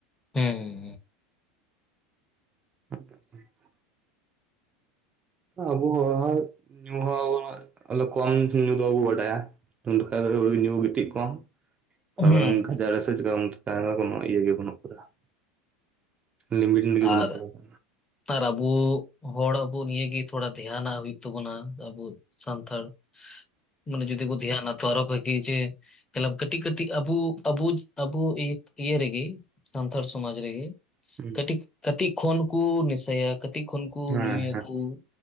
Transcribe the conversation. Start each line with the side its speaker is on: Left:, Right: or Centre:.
Left: ᱦᱩᱸ
Right: <unintelligible> ᱟᱵᱚ ᱦᱚᱲ ᱦᱚᱲ ᱧᱩ ᱦᱚᱸ ᱠᱚᱢ ᱧᱩ ᱫᱚ ᱵᱟᱵᱚ ᱵᱟᱰᱟᱭᱟ ᱾ ᱩᱱᱰᱠᱟ ᱡᱠᱷᱟᱱ ᱫᱚ ᱧᱩ ᱜᱤᱛᱤᱡ ᱠᱚ ᱾ ᱚᱠᱟᱨ
Left: ᱦᱩᱸ
Right: ᱠᱦᱟᱡᱟᱲᱮ ᱥᱮ ᱪᱤᱠᱟ ᱠᱟᱭᱨᱟ ᱠᱚ ᱢᱟ ᱤᱭᱟᱹ ᱜᱮ ᱵᱟᱹᱱᱩᱜ ᱠᱟᱫᱟ ᱾ ᱞᱤᱢᱤᱴ ᱨᱮᱜᱮ ᱵᱟᱹᱱᱩᱜ
Left: ᱟᱨ
Right: ᱠᱟᱫᱟ ᱾
Left: ᱟᱨ ᱟᱵᱚ ᱦᱚᱲ ᱟᱵᱚ ᱱᱤᱭᱟᱹᱜᱮ ᱛᱷᱚᱲᱟ ᱫᱷᱮᱭᱟᱱᱟᱜ ᱦᱩᱭᱩᱜᱭ ᱛᱟᱵᱩᱱᱟ ᱟᱵᱚ ᱾ ᱥᱟᱱᱛᱟᱲ ᱢᱟᱱᱮ ᱡᱩᱫᱤ ᱠᱚ ᱫᱷᱮᱭᱟᱱᱟ ᱛᱚ ᱟᱨᱚ ᱵᱷᱟᱹᱜᱤ ᱡᱮ ᱾ ᱛᱮᱞᱟᱢ ᱠᱟᱹᱴᱤᱡ ᱠᱟᱹᱴᱤᱡ ᱟᱵᱚ ᱟᱵᱚ ᱟᱵᱚ ᱤᱭᱟᱹ ᱨᱮᱜᱮ ᱥᱟᱱᱛᱟᱲ ᱥᱚᱢᱟᱡᱽ ᱨᱮᱜᱤ ᱾
Right: ᱦᱩᱸ
Left: ᱠᱟᱹᱴᱤᱡ ᱠᱷᱚᱱ ᱠᱚ ᱢᱮᱥᱟᱭᱟ ᱠᱟᱹᱴᱤᱡ ᱠᱷᱚᱱ ᱠᱚ
Right: ᱦᱮᱸ
Left: ᱧᱩᱭᱟᱠᱚ